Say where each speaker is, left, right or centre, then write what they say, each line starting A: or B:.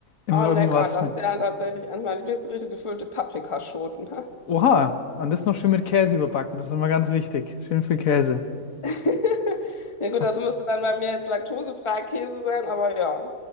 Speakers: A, on the left (about 70°); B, on the left (about 20°).
A: Immer
B: Oh,
A: irgendwas
B: lecker, das
A: mit.
B: ist ja tatsächlich eines meiner Lieblingsgerichte, gefüllte Paprikaschoten.
A: Oha, und das noch schön mit Käse überbacken. Das ist immer ganz wichtig. Schön viel Käse.
B: <laughs> Ja gut,
A: Hast,
B: das müsste dann bei mir jetzt laktosefreier Käse sein, aber ja.